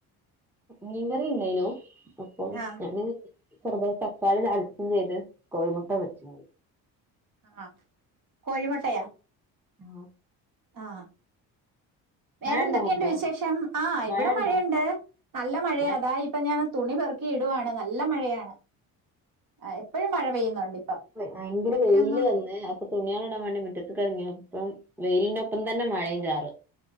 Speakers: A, in the centre; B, on the right (about 45°).
A: മീങ്കറി ഇണ്ടായിനു അപ്പം
B: ആ
A: ഞാന് ചെറുതായി തക്കാളി താളിച്ചും ചെയ്ത് കോഴിമുട്ട പൊര്ച്ചും
B: ആഹ് കോഴിമുട്ടയാ?
A: ആഹ്.
B: ആഹ്. വേറെന്തൊക്കെയുണ്ട്
A: മഴണ്ടോ അങ്ങോട്ട്
B: വിശേഷം? ആഹ്
A: മഴണ്ടോ
B: ഇവിടെ മഴയുണ്ട്. നല്ല മഴയാ
A: മഴ
B: അതാ ഇപ്പൊ ഞാ തുണി പെറുക്കി ഇടുവാണ് നല്ല മഴയാണ്. ആ, എപ്പോഴും മഴ പെയ്യുന്നുണ്ട് ഇപ്പം
A: ഭയങ്കര
B: തുണിയൊന്നും
A: വെയില് വന്ന് അപ്പൊ തുണിയള് ഇടാൻ വേണ്ടി മിറ്റത്ത്ക്കെർങ്ങിയ പ്പം വെയിലിന്റെ ഒപ്പം തന്നെ മഴയും ചാറ.